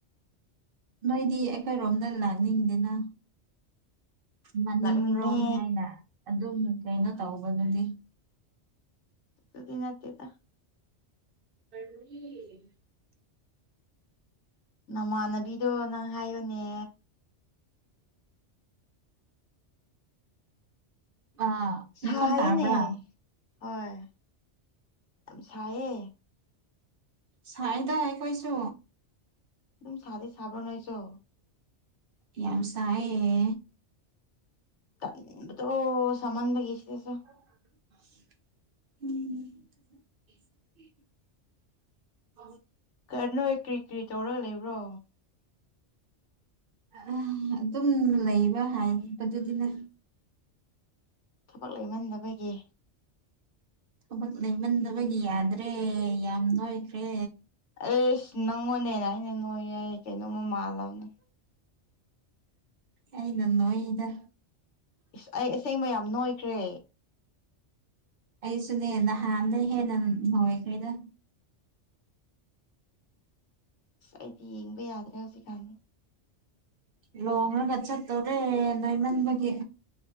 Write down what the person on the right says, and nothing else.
ꯅꯣꯏꯗꯤ ꯑꯩꯈꯣꯏꯔꯣꯝꯗ ꯂꯥꯛꯅꯤꯡꯗꯦꯅ ꯃꯅꯤꯡ
ꯔꯣꯝ ꯍꯥꯏꯅ ꯑꯗꯨꯝ ꯀꯩꯅꯣ ꯇꯧꯕꯗꯨꯗꯤ
<unintelligible>
ꯑꯥ
ꯃꯈꯣꯟ ꯇꯥꯕ꯭ꯔꯥ
ꯁꯥꯏꯌꯦꯗ ꯑꯩꯈꯣꯏꯁꯨ
ꯌꯥꯝ ꯁꯥꯢꯌꯦ
<inaudible> <inaudible>
ꯎꯝ ꯑꯗꯨꯝ ꯂꯩꯕ ꯍꯥꯏꯕꯗꯨꯗꯤꯅ
ꯊꯕꯛ ꯂꯩꯃꯟꯗꯕꯒꯤ ꯌꯥꯗ꯭ꯔꯦ ꯌꯥꯝ ꯅꯣꯏꯈ꯭ꯔꯦ
ꯑꯩꯅ ꯅꯣꯏꯗ
ꯑꯩꯁꯨꯅꯦ ꯅꯍꯥꯟꯗꯩ ꯍꯦꯟꯅ ꯅꯣꯏꯈ꯭ꯔꯦꯗ
ꯂꯣꯡꯔꯒ ꯆꯠꯇꯣꯔꯦ ꯅꯣꯢꯃꯟꯕꯒꯤ